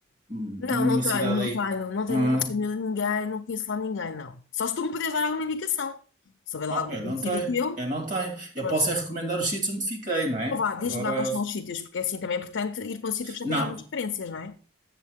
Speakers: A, on the right; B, on the left.
A: hum,
B: Não,
A: nenhuma
B: não tenho,
A: cidade
B: não
A: aí.
B: tenho, não tenho
A: Hum.
B: lá família, ninguém, não conheço lá ninguém, não. Só se tu me podes dar alguma indicação. Se houver lá
A: Oh,
B: algum
A: eu
B: conhecido
A: não tenho,
B: teu,
A: eu não tenho. Eu
B: pois.
A: posso é recomendar os sítios onde fiquei, não é?
B: Então vá, diz-me
A: Agora,
B: lá quais são os sítios, porque é assim também é importante ir para um sítio que já
A: não,
B: tem algumas referências, não é?